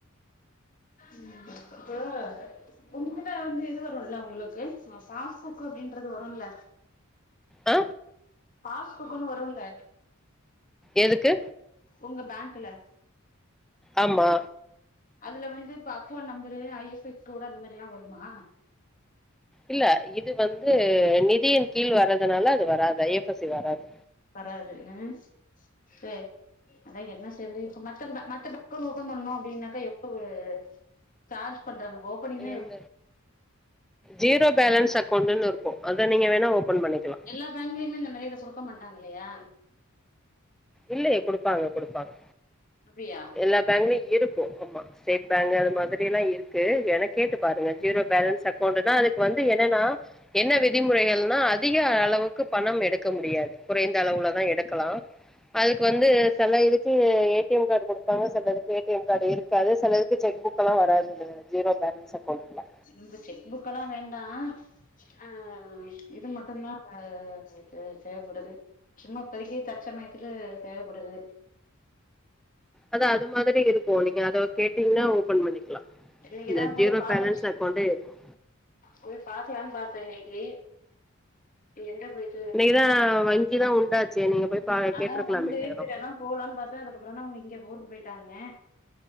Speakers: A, on the left; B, in the centre.
A: ம் இப்ப உங்கல வந்து இது வருல்ல உங்களுக்கு ஃபாஸ்புக் அப்படின்றது வருல்ல
B: அ
A: பாஸ்புக்குன்னு வருல்ல
B: எதுக்கு
A: உங்க பேங்க்குல
B: ஆமா
A: அதுல வந்து இப்ப account number I F S code அந்த மாரில்லா வருமா
B: இல்ல இது வந்து நிதியின் கீழ் வர்றதுனால அது வராது ஐ எஸ் சி வராது
A: வராது ம் சேர் அதா என்ன செய்யறது இப்ப மத்த மத்த பேங்க் ஒன்னு ஓப்பன் பண்ணனு அப்டின்னாக்கா எவ்ளவு சார்ஜ் பண்றாங்க ஓபனிங்கே
B: ம் ஜீரோ பேலன்ஸ் அக்கௌண்ட்டுனு இருக்கு‌ அத நீங்க வேணா ஓபன் பண்ணிக்கலா
A: எல்லா பேங்க்லயுமே இந்த மாரி எது குடுக்க மாட்டாங்க இல்லையா
B: இல்லையே குடுப்பாங்க குடுப்பாங்க
A: அப்டியா
B: எல்லா பேங்க்லயு இருக்கு ஆமா ஸ்டேட் பேங்க் அது மாதிரி எல்லா இருக்கு ஏன கேட்டு பாருங்க ஜீரோ பேலன்ஸ் அக்கௌண்ட்டுன்னா அதுக்கு வந்து என்னன்னா என்ன விதிமுறைகள்னா அதிக அளவுக்கு பணம் எடுக்க முடியாது குறைந்த அளவுலதா எடுக்கலா அதுக்கு
A: ம்
B: வந்து செல்ல இதுக்கு ஏடி எம் கார்டு செலதுக்கு ஏடிஎம் கார்டு இருக்காது செலதுக்கு செக் புக்லா வராது இந்த ஜீரோ பேலன்ஸ் அக்கௌண்ட்ல்லா
A: இங்க செக் புக்லா வேண்டா அ இது மட்டுதா அ தேவ தேவபடுது சும்மா இப்பதிக்கு தற்சமயத்துக்கு தேவப்படுது
B: அதா அது மாதிரி இருக்கு நீங்க அத கேட்டீங்ன்னா ஓபன் பண்ணிக்கலா
A: இன்னைக்குதா
B: இந்த
A: போய்
B: ஜீரோ
A: பாக்க
B: பேலன்ஸ் அக்கௌண்டே இருக்கு
A: போய் பாக்கலான்னு பாத்த இன்னைக்கு எங்க போய்
B: இன்னைக்குதா வங்கிதா உண்டாச்சே நீங்க போய் பா
A: அதா
B: கேட்ருக்கலாமே
A: உண்டு
B: இந்நேரோ
A: சேரிஅதா போலானு பாத்த அதுக்கப்பறதா அவுங்க இங்க ஊருக்கு போயிட்டாங்க